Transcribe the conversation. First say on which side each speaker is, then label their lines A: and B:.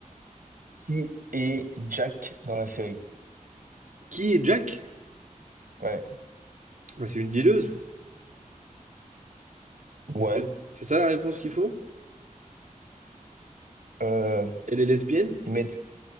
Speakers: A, on the right (about 85°); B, on the right (about 60°).
A: Qui est Jack dans la série?
B: Qui est Jack?
A: Ouais.
B: Bah, c'est une dealeuse.
A: Ouais.
B: C'est c'est ça la réponse qu'il faut?
A: Euh,
B: Elle est lesbienne?
A: ils mettent...